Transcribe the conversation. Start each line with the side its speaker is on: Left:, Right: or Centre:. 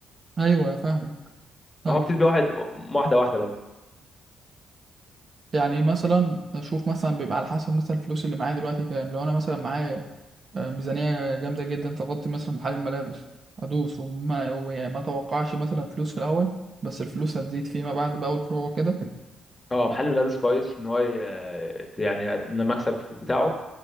Right: ايوه فاهمك فاهمك
Left: ما هو بتبقى واحد واحده واحده برضه
Right: يعني مثلا اشوف مثلا بيبقى على حسب مثلا الفلوس اللي معايا دلوقتي كام لو انا مثلا معايا آه، ميزانية جامدة جدا تغطي مثلا محل الملابس أدوس وما وما توقعش مثلا فلوس في الأول بس الفلوس هتزيد فيما بعد بقى والفروع كده
Left: اه محل ملابس كويس ان هو ي- يعني إن المكسب في- بتاعه